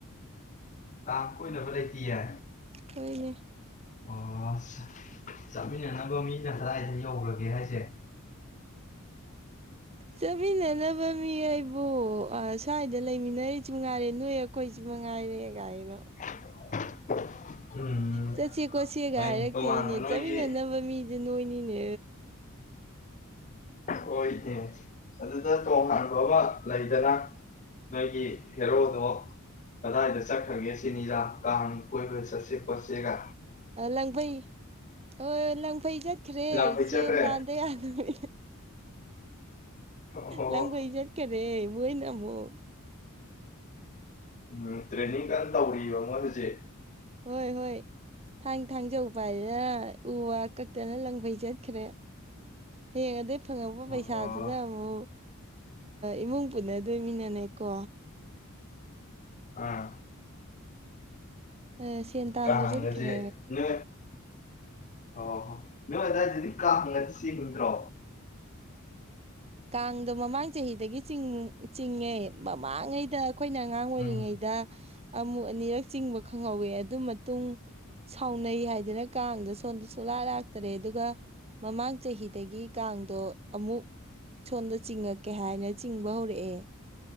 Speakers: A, on the left; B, on the right.
A: ꯀꯥꯛ ꯀꯣꯏꯅꯕ ꯂꯩꯇꯤꯌꯦ
B: ꯇꯣꯏꯅꯦ
A: ꯑꯣ ꯆꯥꯃꯤꯟꯅꯅꯕ ꯃꯤꯅ ꯀꯗꯥꯏꯗ ꯌꯧꯈ꯭ꯔꯒꯦ ꯍꯥꯏꯁꯦ
B: ꯆꯠꯃꯤꯟꯅꯅꯕ ꯃꯤ ꯑꯩꯕꯨ ꯁ꯭ꯋꯥꯏꯗ ꯂꯩꯃꯤꯟꯅꯔꯤꯁꯨ ꯉꯥꯏꯔꯦ ꯅꯣꯏ ꯀꯣꯏꯁꯨ ꯃ ꯉꯥꯏꯔꯦ ꯀꯥꯏꯔꯣ
A: <unintelligible> ꯎꯝ
B: ꯆꯠꯁꯦ ꯈꯣꯠꯁꯦꯒ
A: ꯍꯣꯏꯅꯦ
B: ꯍꯥꯏꯔꯛꯇꯦ
A: ꯇꯣꯉꯥꯟꯕ
B: ꯏꯅꯦ
A: ꯅꯣꯏꯒꯤ
B: ꯆꯥꯃꯤꯟꯅꯅꯕ ꯃꯤ ꯑꯗꯨꯗꯤ ꯅꯣꯏꯅꯤꯅꯦ
A: ꯍꯣꯏꯅꯦ ꯑꯗꯨꯗ ꯇꯣꯉꯥꯟꯕ ꯑꯃ ꯂꯩꯗꯅ ꯅꯣꯏꯒꯤ ꯍꯦꯔꯣꯗꯣ ꯀꯗꯥꯏꯗ ꯆꯠꯈ꯭ꯔꯒꯦ ꯁꯤꯅꯤꯔꯥ ꯀ ꯀꯣꯏ ꯁꯁꯦ ꯄꯁꯦꯒ
B: ꯂꯥꯡꯐꯩ ꯍꯣꯏ ꯂꯥꯡꯐꯩ ꯆꯠꯈ꯭ꯔꯦ
A: ꯂꯥꯡꯐꯩ
B: ꯁꯦꯟ
A: ꯆꯠꯈ꯭ꯔꯦ
B: ꯇꯥꯟꯗ ꯌꯥꯗꯣꯏ
A: ꯑꯣ
B: ꯂꯪꯕꯩ ꯆꯠꯈꯔꯦ ꯃꯣꯏꯅ ꯑꯃꯨꯛ
A: ꯎꯝ ꯇ꯭ꯔꯦꯅꯤꯡ ꯀꯟꯅ ꯇꯧꯔꯤꯕ ꯃꯣꯏ ꯍꯧꯖꯤꯛ
B: ꯍꯣꯏ ꯍꯣꯏ ꯊꯥꯡ ꯊꯥꯡꯖꯧꯕ ꯍꯥꯏꯗꯅ ꯎ ꯋꯥ ꯀꯛꯇꯅ ꯂꯪꯐꯩ ꯆꯠꯈ꯭ꯔꯦ ꯍꯌꯦꯉꯗꯩ ꯐꯪꯉꯕ
A: ꯑꯣ
B: ꯄꯩꯁꯥꯗ ꯑꯗꯨꯅ ꯑꯃꯨꯛ ꯏꯃꯨꯡ ꯄꯨꯟꯅꯗꯣꯏꯃꯤꯟꯅꯅꯦꯀꯣ
A: ꯑꯥ
B: ꯑ ꯁꯦꯟ ꯇꯥꯟꯕ
A: ꯀꯍꯥꯡꯒꯁꯦ
B: ꯆꯠꯈ꯭ꯔꯦ
A: ꯅ ꯑꯣ ꯍꯣ ꯅꯣꯏ ꯑꯗꯨꯗꯥꯋꯥꯏꯗꯗꯤ ꯀꯥ ꯍꯪꯉꯗꯤ ꯁꯤ ꯍꯪꯗ꯭ꯔꯣ
B: ꯀꯥꯡꯗꯣ ꯃꯃꯥꯡ ꯆꯍꯤꯗꯒꯤ ꯆꯤꯡꯉꯦ ꯃꯃꯥꯡꯉꯩꯗ ꯑꯩꯈꯣꯏꯅ ꯑꯉꯥꯡ ꯑꯣꯏꯔꯤꯉꯩꯗ
A: ꯎꯝ
B: ꯑꯃꯨꯛ ꯑꯅꯤꯔꯛ ꯆꯤꯡꯕ ꯈꯪꯍꯧꯋꯦ ꯑꯗꯨ ꯃꯇꯨꯡ ꯁꯥꯎꯅꯩ ꯍꯥꯏꯗꯅ ꯀꯥꯡꯗ ꯁꯣꯝꯗ ꯁꯨꯡꯂꯥ ꯂꯥꯛꯇꯔꯦ ꯑꯗꯨꯒ ꯃꯃꯥꯡ ꯆꯍꯤꯗꯒꯤ ꯀꯥꯡꯗꯣ ꯑꯃꯨꯛ ꯁꯣꯝꯗ ꯆꯤꯡꯉꯛꯀꯦ ꯍꯥꯏꯅ ꯆꯤꯡꯕ ꯍꯧꯔꯛꯑꯦ